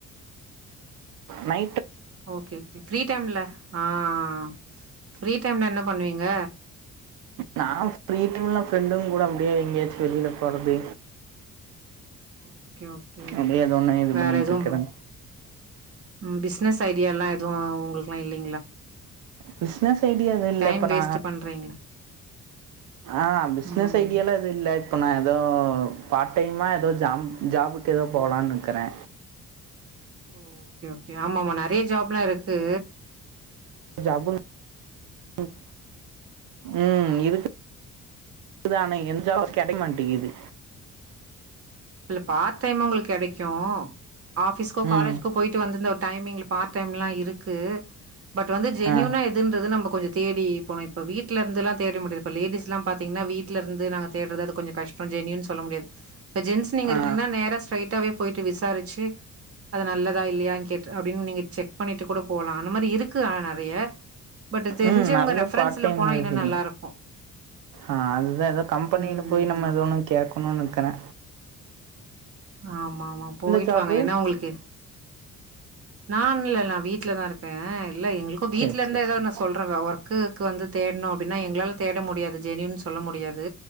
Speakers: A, on the right; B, on the right.
A: நை
B: ஓகே ஃப்ரீ டைம்ல ஆ ஆ ஆ ஃப்ரீ டைம்ல என்ன பண்ணுவீங்க
A: நா ஃப்ரீ டைம்ல ஃப்ரெண்டுங்கூட அப்டியே எங்கேயாச்சு வெளில போறது
B: ஓகே ஓகே.
A: அப்டியே எதோ ஒன்னு இது பண்ணிட்டு
B: வேற எதுவும்
A: இருக்கிறே
B: ம் பிஸ்னஸ் ஐடியாலெல்லா எதுவு உங்களுக்கெல்லா இல்லை
A: பிசனஸ் ஐடியா எது இல்ல
B: டைம்
A: இப்ப
B: வேஸ்ட்
A: நா
B: பண்றீங்களே.
A: ஆஹ் பிசினஸ்
B: ம்.
A: ஐடியாலா எது இல்ல இப்ப நா எதோ பார்ட் டைமா எதோ ஜாம் ஜாபுக்கு எதோ போலான் இருக்கிறே
B: ஓ ஓகே ஓகே ஆமா ஆமா நெறைய ஜாப் எல்லா இருக் க்கு
A: <unintelligible> உம் இதுக் தானே எந் ஜாபு கிடை மாட்டிக்குது
B: இல்ல பார் டைமா உங்களுக்கு கெடைக்கு ஆபிஸ்கோ
A: ம்
B: காலேஜ்கோ போயிட்டு வந்திருந்த டைமிங்ல பார்ட் டைம்லா இருக்கு பட் வந்து ஜெனியூனா
A: ஆ
B: எதுன்றது நம்ம கொஞ்ச தேடி போன இப்ப வீட்டுலருந்துலா தேட முடியாது இப்ப லேடீஸ் லா பாத்தீங்னா வீட்லருந்து நாங்க தேடுறது அது கொஞ்ச கஷ்டோ ஜெனியூன் சொல்ல முடியாத் இப்ப ஜெ நீங்க இருக்கிறீங்ன்னா
A: ஆ
B: நேர ஸ்ரைட்டாகவே போய்ட்டு விசாரிச்சு அது நல்லதா இல்லையா கேட்ரு அப்டின் நீங்க செக் பண்ணிட்டு கூட போலா அந்த மாரி இருக்கு ஆன நெறைய பட் தெரிஞ்சவங்க
A: உம் நெறைய
B: ரெஃபரன்ஸ்ல
A: பார்ட் டைம்
B: போனா
A: இருக்குது
B: இன்னு நல்லாருக்கு
A: ஆஹ் அதுதா எதோ கம்பெனில
B: ம்
A: போயி நம்ம
B: ஆமா
A: ஏதோன்னு கேட்கணுன் இருக்கிறே
B: ஆமா ஆமா போயிட்டு
A: ஜாபு
B: வாங்க ஏனா உங்களுக்கு நான்லா இல்ல நா வீட்டு்லதா இருக்கே இல்ல எங்களுக்கு
A: சேரி
B: வீட்டுல இருந்த
A: சேரி
B: ஏதாது
A: சேரி
B: நா சொல்றவ ஒர்க்குக்கு வந்து தேடணு அப்டின்னா எங்களால தேட முடியாது ஜெனியூன் சொல்ல முடியாது